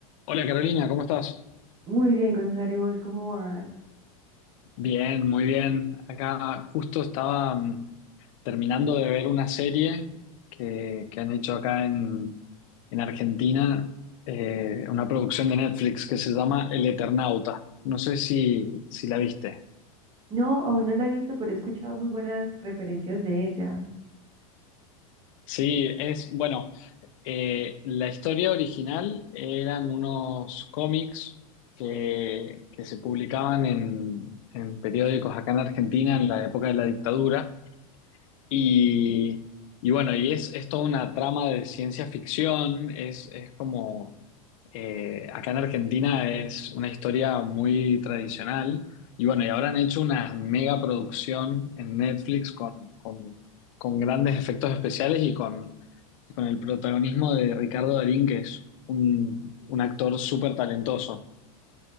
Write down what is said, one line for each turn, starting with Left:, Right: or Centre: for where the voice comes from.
Left: Hola Carolina, ¿cómo estás?
Right: Muy bien, Gonzalo, ¿y vos cómo vas?
Left: Bien, muy bien. Acá justo estaba mm, terminando de ver una serie que, que han hecho acá en, en Argentina, eh, una producción de Netflix que se llama El Eternauta. No sé si, si la viste.
Right: No, aún no la he visto, pero he escuchado muy buenas referencias de ella.
Left: Sí, es, bueno, eh, la historia original eran unos cómics que, que se publicaban en, en periódicos acá en Argentina en la época de la dictadura Y, y bueno, y es, es toda una trama de ciencia ficción, es, es como, eh, acá en Argentina es una historia muy tradicional, y bueno, y ahora han hecho una mega producción en Netflix con, con, con grandes efectos especiales y con, y con el protagonismo de Ricardo Darín, que es un, un actor súper talentoso.